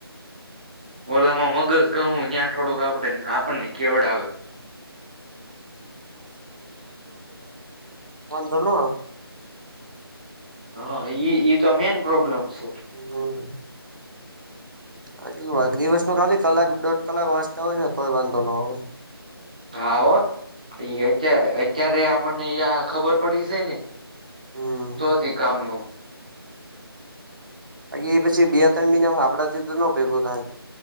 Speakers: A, on the right; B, on the right.
A: ઓલામાં મગજ ઘઉ ત્યાં થોડુંક આપડ આપણને કેવડ આવે
B: મંધ્ર ન <unintelligible>
A: હા. ઈ તો મેન પ્રોબ્લેમ છે
B: હમ આટલ વા દિવસ ન ખાલી કલાક દોઢ કલાક વાંચતા હોય ને તોય વાંધો ન હોવે
A: હા હો અત અત્યારે આપણને ખબર પડી છે ને
B: હમ
A: તો હતી કામનું
B: બાકી એ પછી બે ત્રણ મહિનામાં આપડા થી તો ન ભેગો થાય